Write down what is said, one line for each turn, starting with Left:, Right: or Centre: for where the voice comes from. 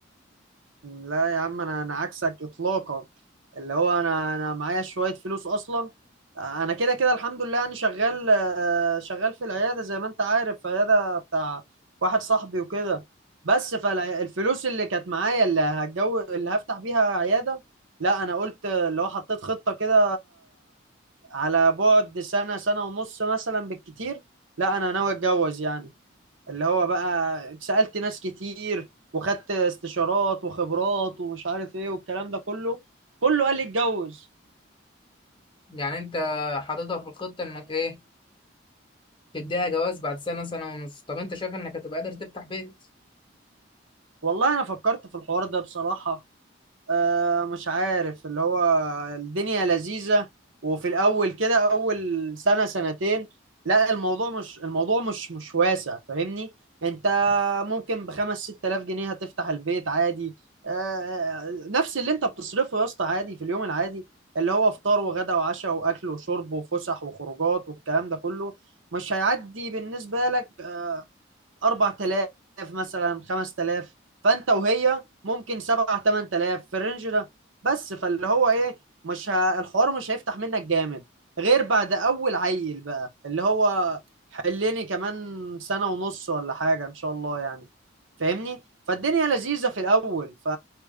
Right: لا يا عم انا انا عكسك اطلاقا اللي هو انا انا معايا شويه فلوس اصلا انا كده كده الحمد لله يعني شغال آه، شغال في العياده زي ما انت عارف في عياده بتاع واحد صاحبي وكده بس فالفلوس اللي كانت معايا اللي هتجو اللي هفتح بيها عياده لا انا قلت اللي هو حطيت خطه كده على بعد سنه سنه ونص مثلا بالكتير لا انا ناوي اتجوز يعني اللي هو بقى سألت ناس كتير وخدت استشارات وخبرات ومش عارف ايه والكلام ده كله كله قال لي اتجوز
Left: يعني انت حاططها في الخطة انك ايه تديها جواز بعد سنة سنة ونص طب انت شايف انك هتبقى قادر تفتح بيت
Right: والله انا فكرت في الحوار ده بصراحة آه مش عارف اللي هو الدنيا لذيذة وفي الأول كده أول سنة سنتين لا الموضوع مش الموضوع مش مش واسع فاهمني أنت ممكن بخمس ست آلاف جنيه هتفتح البيت عادي آه نفس اللي أنت بتصرفه يا اسطى عادي في اليوم العادي اللي هو فطار وغدا وعشاء وأكل وشرب وفسح وخروجات والكلام ده كله مش هيعدي بالنسبة لك آه، 4000 مثلا 5000 فانت وهي ممكن 7 8000 في الرينج ده بس فاللي هو ايه مش ه... الحوار مش هيفتح منك جامد غير بعد اول عيل بقى اللي هو حلني كمان سنة ونص ولا حاجة ان شاء الله يعني فاهمني فالدنيا لذيذة في الاول ف